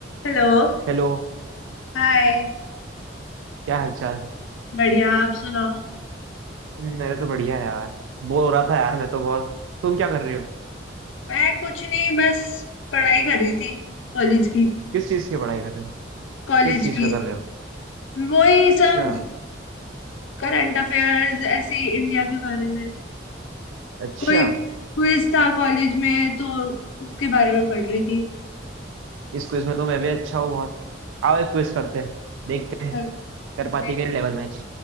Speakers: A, on the left; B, on the right.
A: Hello
B: Hello
A: Hi
B: क्या हालचाल
A: बढ़िया आप सुनाओ
B: मेरे तो बढ़िया है यार बोर हो रहा था यार मैं तो बहुत तुम क्या कर रहे हो
A: मैं कुछ नहीं बस पढ़ाई कर रही थी कॉलेज की
B: किस चीज़ की पढ़ाई कर रहे हो
A: कॉलेज
B: किस चीज़
A: की
B: पे कर रहे हो
A: वही
B: अच्छा
A: सब करंट अफेयर्स ऐसे ही इंडिया के बारे में
B: अच्छा
A: कोई क्विज था कॉलेज में तो उसके बारे में पढ़ रही थी
B: इस क्विज में तो मैं भी अच्छा हूँ बहुत आओ एक क्विज करते हैं देखते हैं
A: हेलो
B: कर पाती
A: देखते
B: है
A: हैं,
B: लेवल मैच